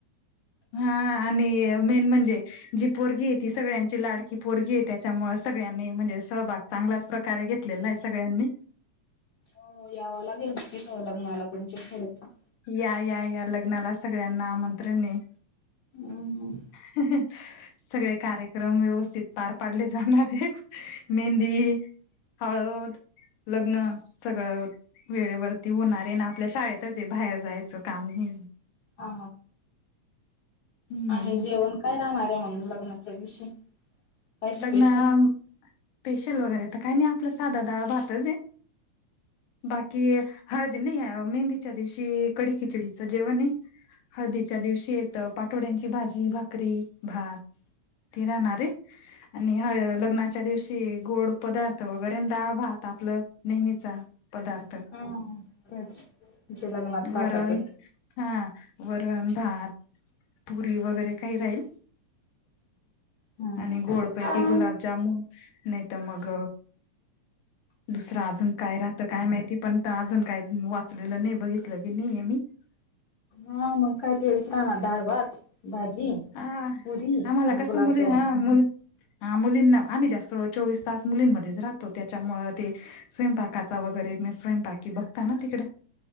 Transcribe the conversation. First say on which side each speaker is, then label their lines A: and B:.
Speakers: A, on the left; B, on the left.
A: हा. आणि मेन म्हणजे जी पोरगीय ती सगळ्यांची लाडकी पोरगी आहे त्यात. त्याच्यामुळे सगळ्यांनी म्हणजे सहभाग चांगल्याच प्रकारे घेतलेला आहे सगळ्यांनी.
B: हो यावं लागेल <inaudible>
A: या, या, या लग्नाला सगळ्यांना आमंत्रण आहे.
B: हम ह.
A: <unintelligible> सगळे कार्यक्रम व्यवस्थित पार पाडले जाणार आहेत. मेहंदी हळद लग्न सगळं. वेळेवरती होणार आहे ना आपल्या शाळेतच आहे बाहेर जायचं काम ने.
B: ह
A: हम्म
B: आणि जेवण काय राहणार आहे मगं लग्नाच्या दिवशी. काय स्पेशल?
A: लग्न स्पेशल वगैरे तर काही नाही आपलं साधा डाळ भातच आहे. बाकी हळदी नाही या मेहंदीच्या दिवशी कडी -खिचडीचं जेवण आहे. हळदीच्या दिवशी येत पाठोड्यांची भाजी, भाकरी, भात ते राहणार आहे. आणि हळ लग्नाच्या दिवशी गोड पदार्थ वगैरे डाळ- भात आपलं नेहमीचा. पदार्थ.
B: हा तेच जे लग्नात राहतात
A: वरण
B: ते.
A: हा वरण, भात, पुरी वगैरे काही राहील.
B: हा
A: आणि गोडपैकी गुलाबजामुन नाही तर मग दुसरं अजून काय राहत काय माहिती पण अजून काय वाचलेलं नाही बघितल भी नाहीये मी. <inaudible>
B: हा मग काय तेच राहणार डाळ, भात, भाजी
A: हा
B: पुरी
A: आम्हाला
B: आणि
A: कसं
B: गुलाबजामुन.
A: मुली हा हा मुलींना आम्ही जास्त चोवीस तास मुलींमध्येच राहतो त्याच्यामुळ ते स्वयंपाकाचा वगैरे स्वयंपाकी बघता ना तिकडे.